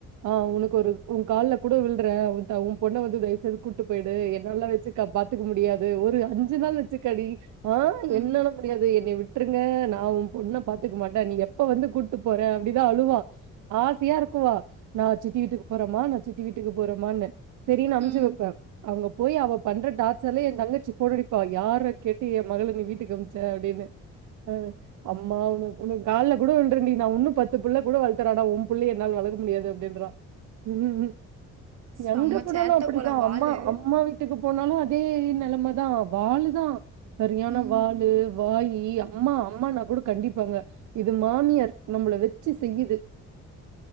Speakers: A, on the right; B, on the right.
A: ஆ உனக்கு ஒரு உன் கால்ல கூட வில்றே உன் பொண்ண வந்து தயவுசேது கூட்டு போயிடு என்னால்லா வெச்சு பாத்துக்க முடியாது ஒரு அஞ்சு நாள் வெச்சுக்கடி ஆ
B: ம்,
A: என்னால முடியாது என்ன விட் பத்துருங்க நா உன் பொண்ண பாத்துக்க மாட்டே நீ எப்ப வந்து கூப்புட்டு போற அப்டிதா அழுவா ஆசையா இருக்குவா நா சித்தி வீட்டுக்கு போறேமா நான் சித்தி வீட்டுக்கு போறேமான்னு சேரினு அமுஞ்சு
B: ம்.
A: வெப்பே அங்க போயி அவ பண்ற டார்ச்சர்ல எந் தங்கச்சி ஃபோன் அடிப்பா யார கேட்டு என் மகள நீ வீட்டு அம்ச அப்டின்னு அ அம்மா உனக்கு உனக்கு கால்ல கூட விழுறே டி நா உன்னு பத்து புள்ளைய கூடோ வளத்துட்றே ஆனா உன் புள்ளைய என்னால வளக்க முடியாது அப்டின்றா ம்
B: செம்ம
A: எங்க போனாலு
B: சேட்ட
A: அப்டிதா
B: போல வாலு.
A: அம்மா அம்மா வீ வீட்டுக்கு போனாலு அதே நெலமதா வாளு தா செரியான
B: ம்.
A: வாளு வாயி யி அம்மா அம்மான்னா கூடோ கண்டிப்பாங்க இது மாமியார் நம்மள வெச்சு செய்யுது